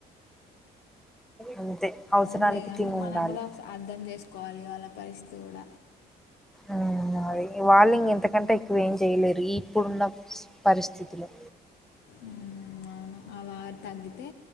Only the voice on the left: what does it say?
అవున్లే గానీ
మనం
గుడ ఒకసా అర్థం చేసుకోవాలి వాళ్ళ పరిస్థి గుడ
ఊహు అవును ఆ వార్ తగ్గితే